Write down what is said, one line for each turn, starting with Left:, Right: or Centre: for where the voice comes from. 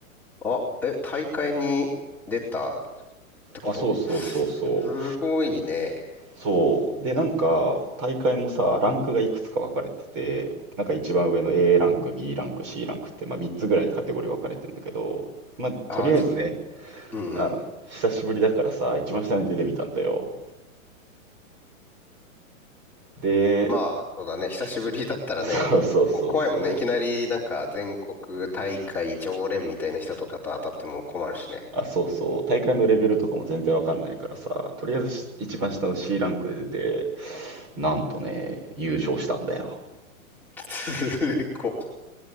Centre: あ、え、大会に出たってこと
Right: あ、そうそうそうそう。
Centre: すごいね。
Right: そう。で、なんか、大会もさ、ランクがいくつか分かれてて、なんか一番上の A ランク、B ランク、C ランクって、まあ、3つぐらいにカテゴリー分かれてんだけど、まあ、
Centre: あ、
Right: とりあえずね、
Centre: じ、うんうん。
Right: あの、久しぶりだからさ、一番下に出てみたんだよ。で、
Centre: まあ、そうだね、久しぶりだったらね、
Right: そうそうそうそう。
Centre: こ怖いもんね。いきなり、なんか、全国大会常連みたいな人とかと当たっても困るしね。
Right: あ、そうそう。大会のレベルとかも全然分かんないからさ、とりあえずし一番下の C ランクで出て、なんとね、優勝したんだよ。
Centre: すごい。<laughs>